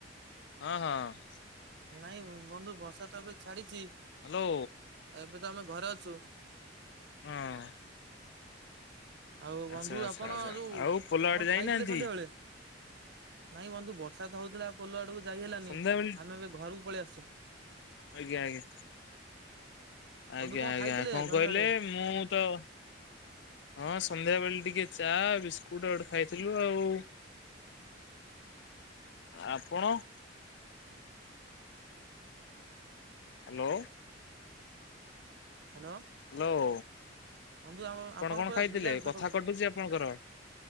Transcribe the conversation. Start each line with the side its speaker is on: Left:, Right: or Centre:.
Left: ହଁ, ହଁ
Right: ନାଇଁ ବନ୍ଧୁ ବର୍ଷା ତ ଏବେ ଛାଡ଼ିଚି।
Left: ହ୍ୟାଲୋ।
Right: ଏବେ ତ ଆମେ ଘରେ ଅଛୁ।
Left: ହଁ
Right: ଆଉ ବନ୍ଧୁ
Left: ଆଚ୍ଛା ଆଚ୍ଛା
Right: ଆପଣ
Left: ଆଚ୍ଛା
Right: ଯୋଉ
Left: ଆଉ ପୋଲ
Right: କଣ
Left: ଆଡେ ଯାଇନାହାନ୍ତି
Right: ଖାଇଥିଲେ ସନ୍ଧ୍ୟାବେେଳେ? ନାଇଁ ବନ୍ଧୁ ବର୍ଷା ତ ହଉଥିଲା ପୋଲ ଆଡକୁ ଯାଇ ହେଲାନି?
Left: ସନ୍ଧ୍ୟାବେଳେ
Right: ଆମେ ଏବେ ଘରକୁ ପଳି ଆସିଚୁ?
Left: ଆଜ୍ଞ ଆଜ୍ଞ।
Right: ବନ୍ଧୁ
Left: ଆଜ୍ଞା
Right: କଣ
Left: ଆଜ୍ଞା
Right: ଖାଇଥିଲେ
Left: କଂ
Right: ସନ୍ଧ୍ୟାବେଳେ
Left: କହିଲେ ମୁଁ ତ ହଁ ସନ୍ଧ୍ୟା ବେଳେ ଟିକେ ଚା ବିସ୍କୁଟ ଆଉଟେ ଖାଇଥିଲୁ ଆଉ।
Right: <inaudible>
Left: ଆପଣ- - ହ୍ୟାଲୋ।
Right: ହ୍ୟାଲୋ
Left: ହ୍ୟାଲୋ
Right: ବନ୍ଧୁ ଆମ ଆପଣ
Left: କଣ
Right: ପୁରା
Left: ଖାଇଥିଲେ
Right: ନିରାମିଷ
Left: କଥା
Right: ଖାଉଛନ୍ତି।
Left: କଟୁଛି ଆପଣଙ୍କର।